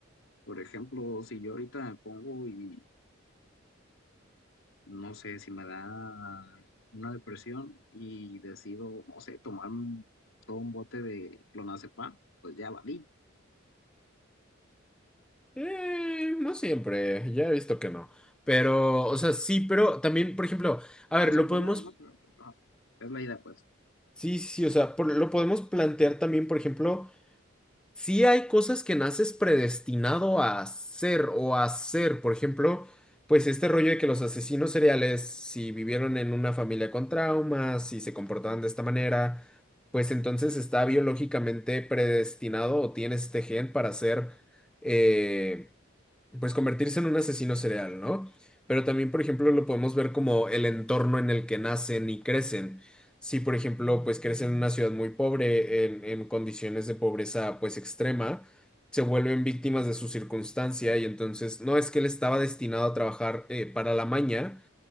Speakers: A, on the left (about 85°); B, in the centre.
A: Por ejemplo, si yo ahorita me pongo y no sé si me da una depresión y decido, no sé, tomar un- todo un bote de clonazepam, pues ya valí.
B: Eh, no siempre, ya he visto que no. Pero, o sea, sí, pero también, por ejemplo, a ver,
A: O sea,
B: lo
A: pues
B: podemos,
A: no, no, no, pero pues, ajá, es la idea, pues.
B: sí, sí, sí, o sea, por- lo podemos plantear también, por ejemplo, sí hay cosas que naces predestinado a hacer o a hacer, por ejemplo, pues este rollo de que los asesinos seriales, si vivieron en una familia con traumas, si se comportaban de esta manera, pues entonces está biológicamente predestinado o tienes este gen para ser... eh, pues convertirse en un asesino serial, ¿no? Pero también, por ejemplo, lo podemos ver como el entorno en el que nacen y crecen. Si, por ejemplo, pues crecen en una ciudad muy pobre, en, en condiciones de pobreza pues extrema, se vuelven víctimas de su circunstancia y entonces no es que él estaba destinado a trabajar eh, para la maña,